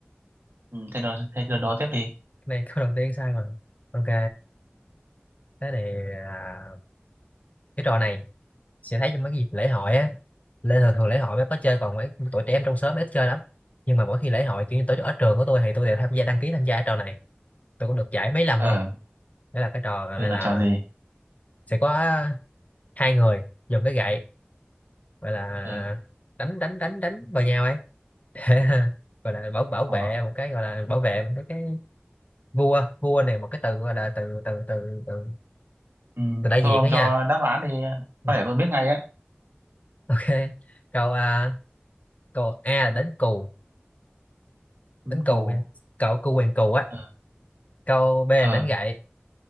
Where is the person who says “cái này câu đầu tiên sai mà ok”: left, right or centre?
Left